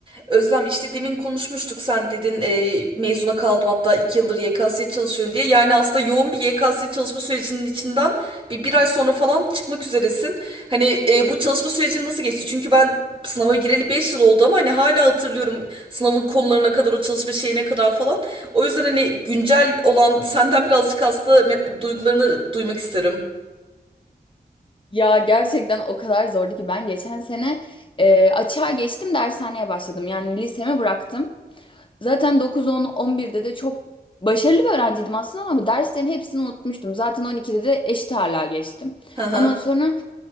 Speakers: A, on the right; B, on the left.
A: Özlem işte demin konuşmuştuk sen dedin e, mezuna kaldım hatta iki yıldır YKS'ye çalışıyorum diye. Yani aslında yoğun bir YKS çalışma sürecinin içinden bir, bir ay sonra falan çıkmak üzeresin. Hani e, bu çalışma süreci nasıl geçti? Çünkü ben sınava gireli 5 yıl oldu ama hani hala hatırlıyorum sınavın konularına kadar o çalışma şeyine kadar falan. O yüzden hani güncel olan senden birazcık hasta me- duygularını duymak isterim.
B: Ya gerçekten o kadar zordu ki ben geçen sene e, açığa geçtim dershaneye başladım. Yani lisemi bıraktım. Zaten 9, 10, 11'de de çok başarılı bir öğrenciydim aslında ama derslerin hepsini unutmuştum. Zaten 12'de de eşit ağırlığa geçtim.
A: Hı hı.
B: Ondan sonra